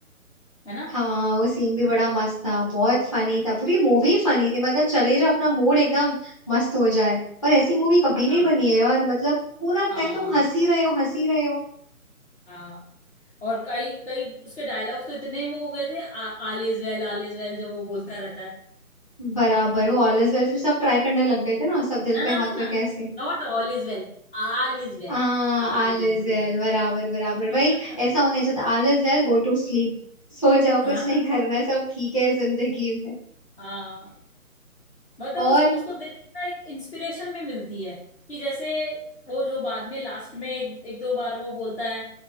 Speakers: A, on the left (about 45°); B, on the left (about 20°).
A: है ना
B: हाँ वो सीन भी बड़ा मस्त था बहुत फनी था पूरी मूवी फनी थी मतलब चले जाओ अपना मूड एकदम मस्त हो जाए और ऐसी मूवी कभी नहीं
A: हाँ
B: बनी है यार मतलब पूरा
A: हाँ
B: टाइम तुम हंसी रहे हो हंसी रहे हो
A: हाँ और कई कई उसके डायलॉग्स तो इतने वो हो गए थे आ, आल is well all is well जो वो बोलता रहता है
B: बराबर वो ऑल इज वेल फिर सब ट्राई करने लग गए थे ना सब दिल
A: ना
B: पे
A: ना ना
B: हाथ
A: ना
B: रखे ऐसे
A: not all is well all is well
B: आ
A: All
B: ऑल
A: is
B: इज वेल
A: well
B: बराबर बराबर
A: <laughs>
B: भाई ऐसा होना चाहिए all is well go to sleep सो जाओ
A: हाँ
B: कुछ नहीं करना है सब ठीक है जिंदगी में
A: हाँ मतलब
B: और
A: उस, उसको देख के ना एक इंस्पिरेशन भी मिलती है कि जैसे वो जो बाद में लास्ट में एक, एक दो बार वो बोलता है